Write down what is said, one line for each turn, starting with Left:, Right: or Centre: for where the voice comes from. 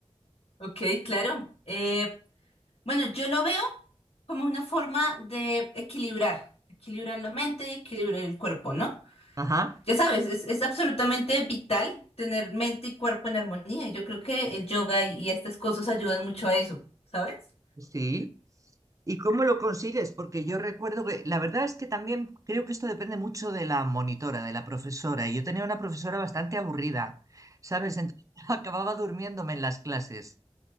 Left: Ok, claro. Eh, bueno, yo lo veo como una forma de equilibrar, equilibrar la mente y equilibrar el cuerpo, ¿no?
Right: Ajá,
Left: Ya sabes, es, es absolutamente vital tener mente y cuerpo en armonía. Yo creo que el yoga y, y estas cosas ayudan mucho a eso, ¿sabes?
Right: sí. ¿Y cómo lo consigues? Porque yo recuerdo que la verdad es que también creo que esto depende mucho de la monitora, de la profesora. Y yo tenía una profesora bastante aburrida, ¿sabes? Entonces <laughs> acababa durmiéndome en las clases.